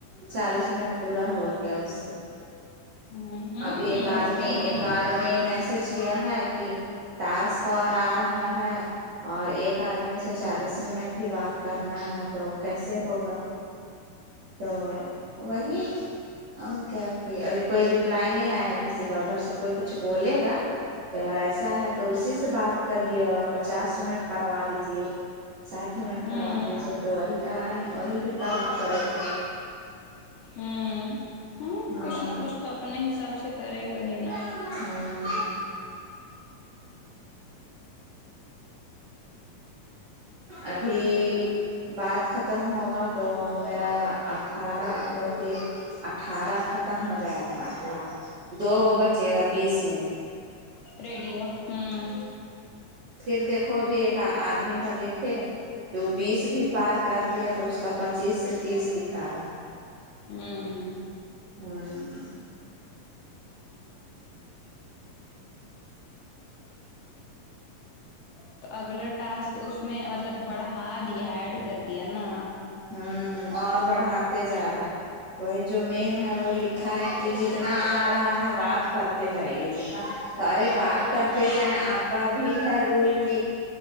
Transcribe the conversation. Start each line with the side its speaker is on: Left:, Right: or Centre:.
Right: چالیس منٹ پورا ہو گیا اس سے
Left: ہ
Right: ابھی ایک آدمی
Left: اس کا ہو
Right: ایک
Left: گیا
Right: آدمی میسج کیا ہے کہ تاسک اور آ رہا ہے اور ایک آدمی سے چالیس منٹ ہی بات کرنا ہے تو کیسے ہوگا تو وہی اور کیا کہ ابھی کوئی رپلائی نہیں آیا کسی کا ادھر سے کوئی کچھ بولے گا کہ اگر ایسا ہے تو اسی سے بات کریے اور پچاس منٹ کروا دیجیے ساٹھ منٹ
Left: ہوں
Right: کروا دیجیے تو وہی کرائیں وہی پھر کرنا پڑے گا
Left: ہممم ہممم
Right: ہاں
Left: کچھ نہ کچھ تو اپنے حساب سے کرے گا ہی نا
Right: ہممم ابھی بات ختم ہوگا تو ا اٹھارہ جو کی اٹھارہ خت ختم ہو جائے گا اٹھا دو وہ بچے گا بیس میں
Left: ریڈیو ہممم
Right: پھر دیکھو ابھی ایک آدمی کا دیکھے جو بیس بھی پار کر دیا تو اس کا پچیس سے تیس بھی پار
Left: ہممم
Right: ہممم
Left: تو اگلا ٹاسک اس میں مطلب بڑھا یہ ایڈ کر دیا نا
Right: ہممم اور بڑھاتے جا رہا وہی جو مین ہے وہ لکھا ہے کہ جتنا آ رہا ہے بات کرتے جائیے جتنا ارے بات کرتے جائیں آپ کا بھی ہے رول کی